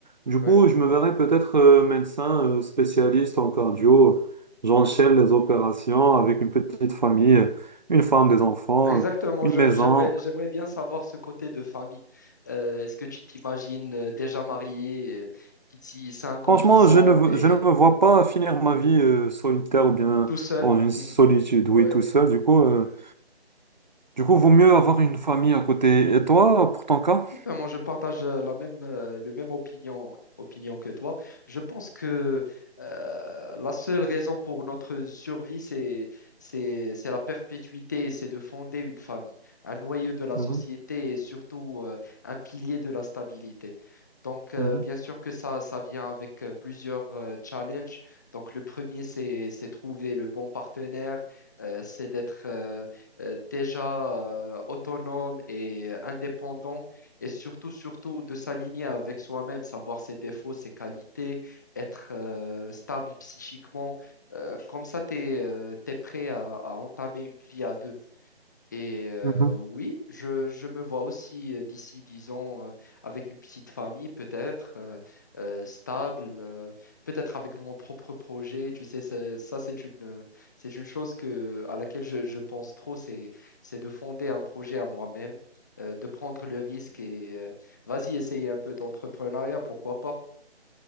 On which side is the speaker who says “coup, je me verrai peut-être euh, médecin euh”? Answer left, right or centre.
Right